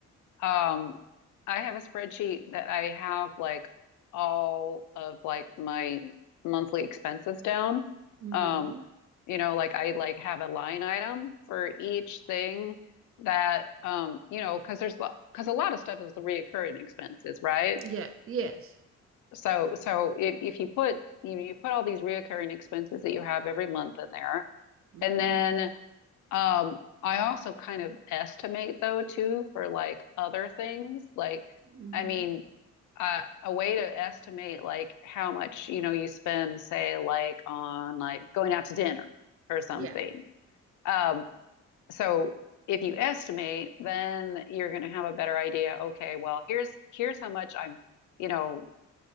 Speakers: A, on the left; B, on the right.
A: Um, I have a spreadsheet that I have like all of like my monthly expenses down.
B: Mm-hmm.
A: Um, you know, like I like have a line item for each thing that um, you know, because there's because a lot of stuff is the reoccurring expenses, right?
B: Yeah, yes.
A: So so if if you put you know, you put all these reoccurring expenses that you have every month in there,
B: Mm-hmm.
A: and then um, I also kind of estimate though too for like other things. Like,
B: Mm-hmm.
A: I mean, uh, a way to estimate like how much, you know, you spend, say, like on like going out to dinner or something.
B: Yeah.
A: Um, so if you estimate, then you're going to have a better idea. Okay, well, here's here's how much I'm, you know,